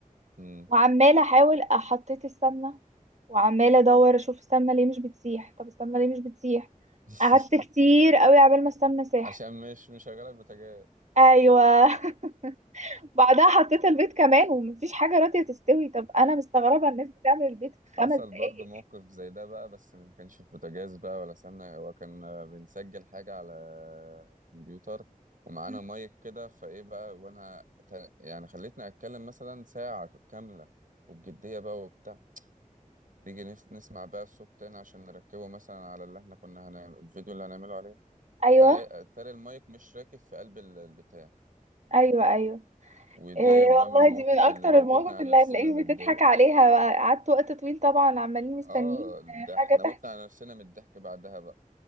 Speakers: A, on the right; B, on the right.
A: امم
B: وعمالة احاول حطيت السمنة وعمالة ادور اشوف السمنة ليه مش بتسيح طب السمنة ليه مش بتسيح
A: <laughs>
B: قعدت كتير قوي عبال ما السمنة ساحت
A: عشان مش مشغله البوتاجاز
B: ايوه <laughs> بعدها حطيت البيض كمان ومفيش حاجة راضية تستوي طب أنا مستغربة الناس بتعمل البيض في
A: حصل
B: خمس دقايق
A: برضه موقف زي ده بقى بس ما كانش في بوتاجاز بقى ولا سمنة هو كان آه، بنسجل حاجة على الكمبيوتر ومعانا
B: مم.
A: مايك كده فايه بقى وانا ت- يعني خليتني اتكلم مثلا ساعة كاملة وبجدية بقى وبتاع نيجي نف- نسمع بقى الصوت تاني عشان نركبه مثلا على اللي احنا كنا هنعمل الفيديو اللي هنعمله عليه
B: أيوه
A: ألاقي- اتاري المايك مش راكب في قلب ال- البتاع
B: أيوه أيوه
A: ودي
B: إيه
A: بقى
B: والله
A: من المواقف
B: دي من أكتر
A: اللي موتتنا
B: المواقف
A: على
B: اللي
A: نفسنا
B: هتلاقيك
A: من الضحك
B: بتضحك عليها بقى. قعدت وقت طويل طبعا عمالين مستنيين
A: اه
B: آه،
A: ده
B: حاجة
A: احنا متنا
B: تحصل
A: على نفسنا من الضحك بعدها بقى